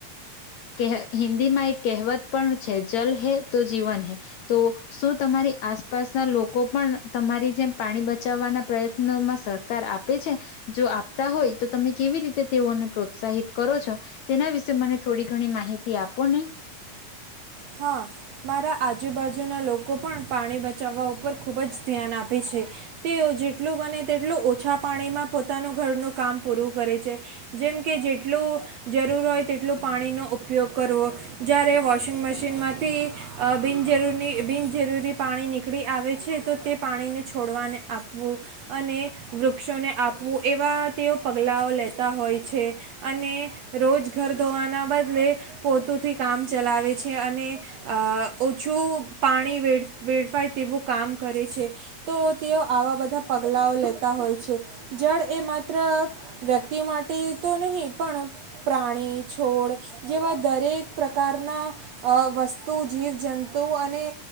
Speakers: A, on the left (about 70°); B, on the right (about 70°).
A: કે હિન્દીમાં એક કહેવત પણ છે, જલ હૈ તો જીવન હૈ તો શું તમારી આસપાસના લો કો પણ તમારી જેમ પાણી બચાવવાના પ્રયત્નોમાં સરકાર આપે છે, જો આપતા હોય તો તમે કેવી રીતે તેઓને પ્રોત્સાહિત કરો છો, તેના વિશે મને થોડી ઘણી માહિતી આપો ને.
B: હા, મારા આજુબાજુનાં લોકો પણ પાણી બચાવવા ઉપર ખુબ જ ધ્યાન આ આપે છે. તેઓ જેટલું બને તેટલું ઓછા પાણીમાં પોતાનું ઘરનું કામ પૂરું કરે છે. જેમ કે, જેટલું જરૂર હોય તેટલું પાણીનો ઉપયોગ કરવો જ્યારે વો મશીનમાંથી બિનજરૂરી બિનજરૂરી પાણી નીકળી આવે છે. તો તે પાણીને છોડવાને આપવું અને વૃક્ષોને આપવું એવા તેઓ પગલાંઓ લેતા હોય છે. અને રોજ ઘર ધોવાના બદલે પોતુથી કામ ચલાવે છે અને અ ઓછું પાણી વ વેડફાય તેવું કામ કરે છે. તો તેઓ આવા બધા પગલાઓ લેતા હોય છે. જળ એ માત્ર વ્યક્તિ માટે તો નહીં પણ પ્રાણી, છોડ જેવા દરેક પ્રકારના વસ્તુ, જીવજંતુ અને